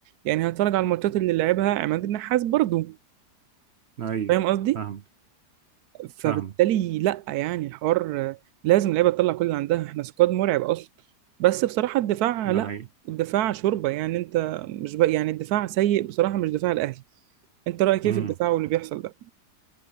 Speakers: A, on the right; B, on the right.
A: يعني هتفرج على الماتشات اللي لعبها عماد النحاس برضو
B: اي
A: فاهم قصدي
B: فاهم
A: فبالتالي
B: فاهم
A: لا يعني الحوار آه، لازم اللعيبه تطلع كل اللي عندها احنا سكواد مرعب اصلا بس بصراحه الدفاع
B: ده
A: لا
B: حقيقي
A: الدفاع شوربه يعني انت مش بق... يعني الدفاع سيء بصراحه مش دفاع الاهلي انت رايك
B: امم
A: ايه في الدفاع واللي بيحصل ده